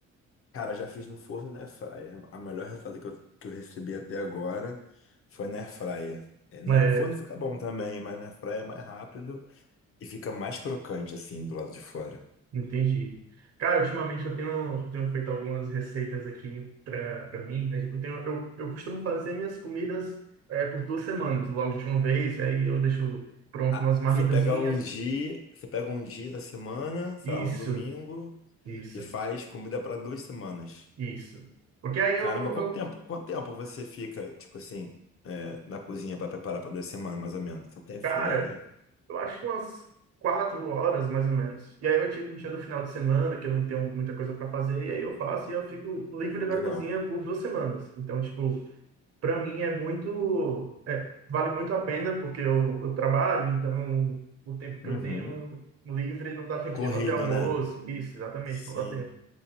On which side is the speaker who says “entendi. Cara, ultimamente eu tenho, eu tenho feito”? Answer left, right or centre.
Right